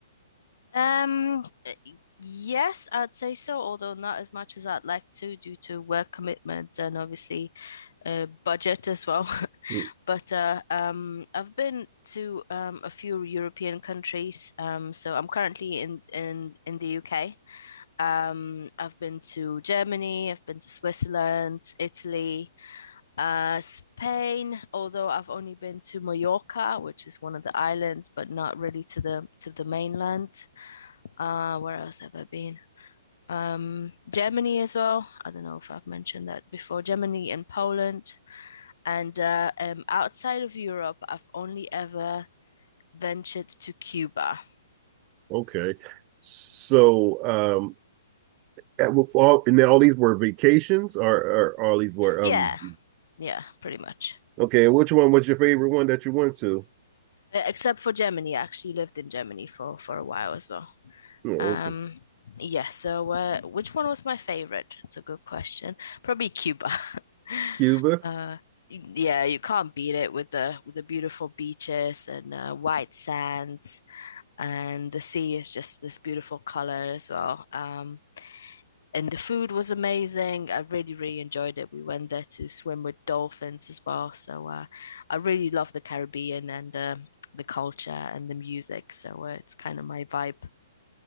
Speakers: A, on the left; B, on the right.
A: Um, uh, yes, I'd say so, although not as much as I'd like to due to work commitments and obviously uh, budget as well. <laughs>
B: Mm,
A: But uh, um, I've been to um, a few European countries. Um, so I'm currently in in in the UK. Um, I've been to Germany, I've been to Switzerland, Italy, uh, Spain, although I've only been to Mallorca, which is one of the islands, but not really to the to the mainland. Uh, where else have I been? Um, Germany as well. I don't know if I've mentioned that before. Germany and Poland. And uh, um, outside of Europe, I've only ever ventured to Cuba.
B: Okay, so um, and with all and all these were vacations, or, or all these were um.
A: Yeah, yeah, pretty much.
B: Okay, which one was your favorite one that you went to?
A: Uh, Except for Germany. I actually lived in Germany for for a while as well.
B: Mm,
A: Um,
B: Okay.
A: yeah, so uh, which one was my favorite? It's a good question. Probably Cuba. <laughs>
B: Cuba.
A: Uh, yeah, you can't beat it with the with the beautiful beaches and uh, white sands, and the sea is just this beautiful color as well. Um, and the food was amazing. I really, really enjoyed it. We went there to swim with dolphins as well. So uh, I really love the Caribbean and uh, the culture and the music. So uh, it's kind of my vibe.